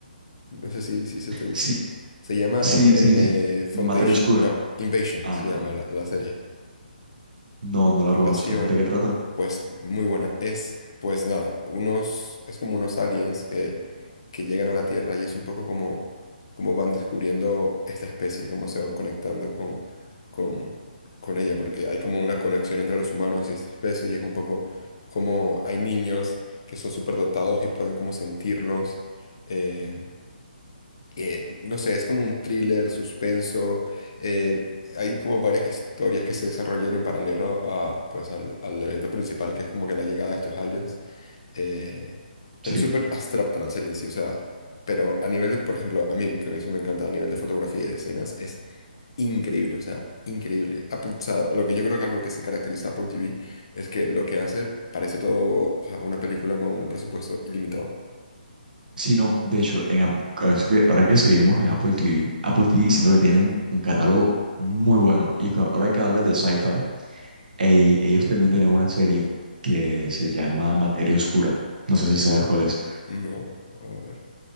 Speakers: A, on the left (about 30°); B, on the right (about 55°).
A: No sé si, si se te gusta.
B: sí,
A: Se llama
B: sí,
A: eh,
B: sí, sí.
A: Foundation.
B: Materia Oscura.
A: No, Invasion
B: Ah,
A: se
B: no,
A: llama la, la serie.
B: no, no la
A: Invasión,
B: conozco. ¿De qué trata?
A: pues muy buena. Es, pues nada, unos, es como unos aliens que, que llegan a la Tierra y es un poco como, como van descubriendo esta especie, cómo se van conectando con, con, con ella, porque hay como una conexión entre los humanos y esta especie y es un poco como hay niños que son superdotados y pueden como sentirlos. eh, eh, no sé, es como un thriller, suspenso. eh, hay como varias historias que se desarrollan en paralelo a, pues, al, al evento principal, que es como que la llegada de estos aliens. eh, pero
B: Sí.
A: es súper abstracta la serie en sí, o sea, pero a nivel de, por ejemplo, a mí, que eso me encanta, a nivel de fotografía y de escenas, es increíble, o sea, increíble. Apple- o sea, lo que yo creo que algo que se caracteriza a Apple TV es que lo que hace parece todo, o sea, una película con un presupuesto ilimitado.
B: Sí, no, de hecho, en, Ap- es que ahora que seguimos en Apple TV, Apple TV siento que tiene un, un catálogo muy bueno. Y cu- ahora que hablas de sci-fi, Ey, ellos también tienen una serie que se llama Materia Oscura. No sé si sabes cuál es.
A: No, a ver,